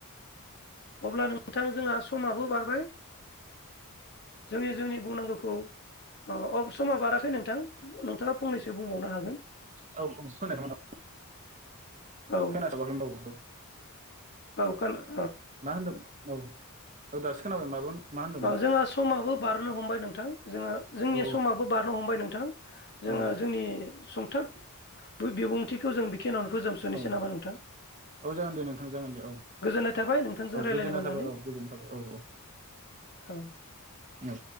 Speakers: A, on the left (about 45°); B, on the right (about 35°).
A: अब्ला नोंथां जोंहा समाबो बारबाय। जोंनि जोंनि बुंनांगोखौ अ समा बाराखै नोंथां नोंथाङा फंनैसो बुंबावनो हागोन।
B: औ औ खोनाखैमोन
A: औ
B: खोनासाबाखै <unintelligible>
A: औ खाना
B: मा होनदों औ औ दासो खोनाबाय माबा मा होनदोंमोन?
A: ओ जोंहा समाबो बारनो हमबाय नोंथां। जोङो जोंनि
B: औ
A: समाबो बारनो हमबाय नों थां जोङो
B: औ
A: जोंनि सुंथाब बो बिबुंथिखौ जों बि किनाव'नो फोजोबसुनोसै
B: औ
A: नामा नोंथां।
B: औ जागोन दे नोंथां जागोन दे औ
A: गोजोननाय थाबाय नोंथांजों
B: औ
A: रायज्लायनो
B: गोजोननाय
A: मोननानै
B: थाबाय औ गोजोननाय थाबाय औ
A: औ
B: औ औ।